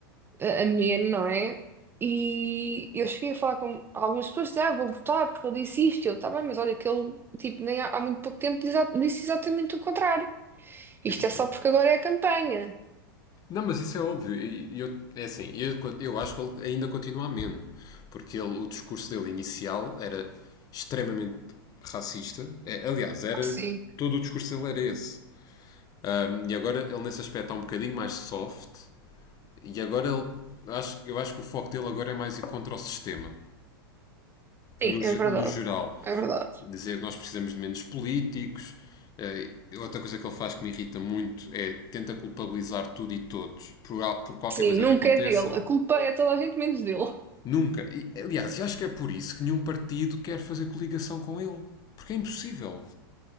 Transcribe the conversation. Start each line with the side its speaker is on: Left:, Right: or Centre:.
Right: a a minha, não é? E eu cheguei a falar com algumas pessoas, dizia, ah, vou votar porque ele disse isto. Eu, tá bem, mas olha que ele, tipo, nem há, há muito pouco tempo diz disse exatamente o contrário.
Left: Exatamente.
Right: Isto é só porque agora é a campanha.
Left: Não, mas isso é óbvio. E Eu, é assim, eu, eu acho que ele ainda continua ameno, porque ele- o discurso dele inicial era extremamente racista. É, aliás, era
Right: Ah, Sim,
Left: todo o discurso dele era esse. Ahm, e agora ele nesse aspecto está um bocadinho mais soft. E agora ele, acho, eu acho que o foco dele agora é mais ir contra o sistema,
Right: sim,
Left: no,
Right: é
Left: ge-
Right: verdade.
Left: no geral.
Right: É verdade.
Left: dizer que nós precisamos de menos políticos. Eh, outra coisa que ele faz que me irrita muito é tenta culpabilizar tudo e todos por, al- por qualquer
Right: Sim,
Left: coisa
Right: nunca
Left: que aconteça.
Right: é dele. A culpa é toda a gente menos dele.
Left: Nunca. E, aliás, eu acho que é por isso que nenhum partido quer fazer coligação com ele. Porque é impossível.